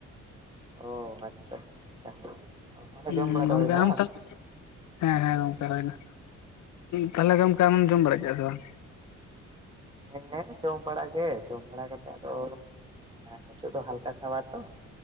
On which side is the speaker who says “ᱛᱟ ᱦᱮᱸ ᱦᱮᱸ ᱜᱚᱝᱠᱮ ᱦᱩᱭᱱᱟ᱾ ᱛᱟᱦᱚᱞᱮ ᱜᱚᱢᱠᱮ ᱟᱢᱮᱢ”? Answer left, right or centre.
Left